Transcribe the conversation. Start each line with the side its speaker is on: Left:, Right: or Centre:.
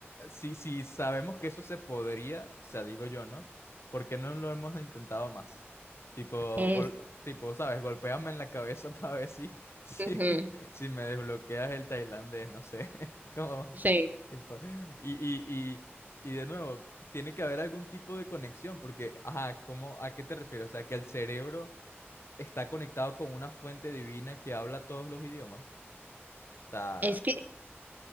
Left: si, si sabemos que eso se podría, o sea, digo yo, ¿no? ¿Por qué no lo hemos intentado más? Tipo,
Right: es,
Left: gol- tipo, ¿sabes? Golpéame en la cabeza <laughs> para ver si, <laughs> si,
Right: ujú,
Left: si me desbloqueas el tailandés, no sé. <laughs> Como,
Right: sí,
Left: tipo, y, y, y, y de nuevo, tiene que haber algún tipo de conexión, porque, ajá, ¿cómo, a qué te refieres? O sea, que el cerebro está conectado con una fuente divina que habla todos los idiomas. O sea,
Right: es que